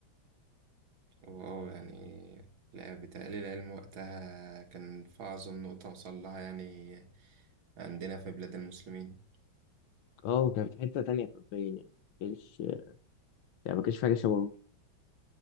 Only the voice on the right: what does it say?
واه يعني لا بتقليل العلم وقتها كان في أعظم نقطة وصل لها يعني عندنا في بلاد المسلمين